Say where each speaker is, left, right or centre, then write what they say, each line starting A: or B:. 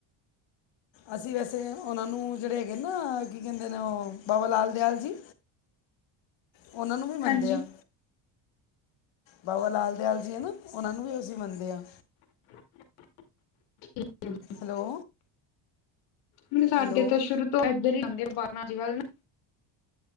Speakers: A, on the left; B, on the left.
A: ਅਸੀਂ ਵੈਸੇ ਉਨਾਂ ਨੂੰ ਜੇੜੇ ਹੈਗੇ ਨਾ ਕੀ ਕੈਂਦੇ ਨੇ ਓ ਬਾਬਾ ਲਾਲ ਦਿਆਲ ਜੀ ਉਨਾਂ ਨੂੰ ਵੀ ਮੰਨਦੇ
B: ਹਾਂਜੀ।
A: ਆ। ਬਾਬਾ ਲਾਲ ਦਿਆਲ ਜੀ ਏ ਨਾ ਉਨਾਂ ਨੂੰ ਵੀ ਅਸੀਂ ਮੰਨਦੇ ਆ।
B: <inaudible>
A: ਹੈਲੋ
B: ਨਈ ਸਾਡੇ
A: ਹੈਲੋ
B: ਤਾਂ ਸ਼ੁਰੂ ਤੋਂ ਐਧਰ ਈ ਜਾਂਦੇ ਆ ਬਾਨਾ ਜੀ ਵੱਲ ਨਾ।